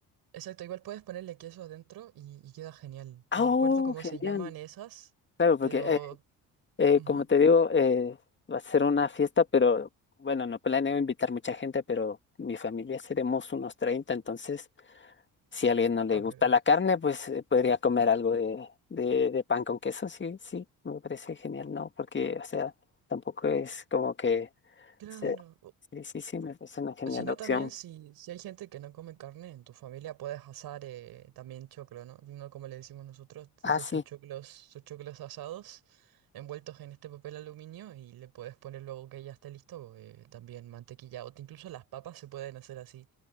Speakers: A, on the right (about 75°); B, on the left (about 30°).
A: Exacto, igual puedes ponerle queso adentro y, y queda genial.
B: Ah,
A: No
B: ¡Oh,
A: recuerdo cómo
B: genial!
A: se llaman esas,
B: Claro, porque
A: pero...
B: eh, eh,
A: ujú.
B: como te digo, eh, va a ser una fiesta, pero bueno, no planeo invitar mucha gente, pero mi familia seremos unos treinta, entonces Si a alguien no le
A: Ah,
B: gusta
A: pero...
B: la carne, pues eh, podría comer algo de, de, de pan con queso, sí, sí, me parece genial, ¿no? Porque, o sea, tampoco es como que...
A: Claro.
B: se- Sí, sí, sí, me parece una genial
A: Sino
B: opción.
A: también si, si hay gente que no come carne en tu familia, puedes asar eh, también choclo, ¿no? No como le decimos nosotros, entonces
B: Ah, sí,
A: tus choclos, tus choclos asados envueltos en este papel aluminio y le puedes poner luego que ya esté listo eh, también mantequilla. O te- incluso las papas se pueden hacer así,